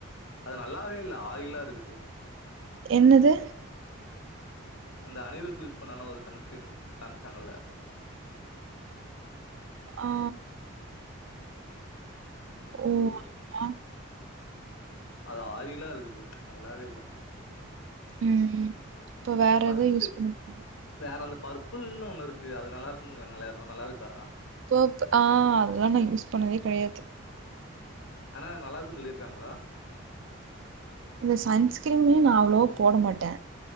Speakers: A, on the left; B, on the right.
A: அது நல்லாவே இல்ல ஆயிலா இருக்குது
B: என்னது
A: ம் அந்த அனிருத் யூஸ் பண்ணானா ஒரு சன்ஸ்கிரீன் காமிச்சாங்கல
B: ஆ
A: இங்க
B: ஓ
A: எதோனு
B: ஆ
A: அது ஆயிலா இருக்குது நல்லாவே இல்ல
B: ம் ம் இப்ப வேற
A: ஃபர்ஸ்ட்
B: ஏதோ யூஸ் பண்ணுங்
A: வேற அந்த பர்பிள்னு ஒன்னு இருக்கு அது நல்லா இருக்குங்கறாங்க எல்லயாரு நல்லா இருக்கா
B: போப் ஆ அதெல்லா நா யூஸ் பண்ணதே கெடையாது
A: ஆனா நல்லா இருக்குன் சொல்லிருக்காங்களா
B: இந்த சன்ஸ்கிரீம் நா அவ்ளோவா போட மாட்டே